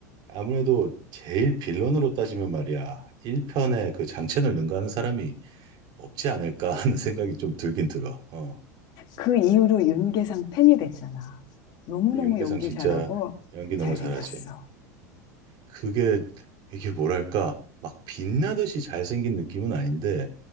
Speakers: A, on the right (about 50°); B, on the left (about 50°).
A: 아무래도 제일 빌런으로 따지면 말이야. 1편에 그 장첸을 능가하는 사람이 없지 않을까 하는 <laughs> 생각이 좀 들긴 들어. 어,
B: 그 이후로 윤계상 팬이 됐잖아. 너무너무
A: 아, 윤계상
B: 연기
A: 진짜
B: 잘하고
A: 연기 너무
B: 잘생겼어.
A: 잘하지. 그게, 이게 뭐랄까. 막 빛나듯이 잘생긴 느낌은 아닌데,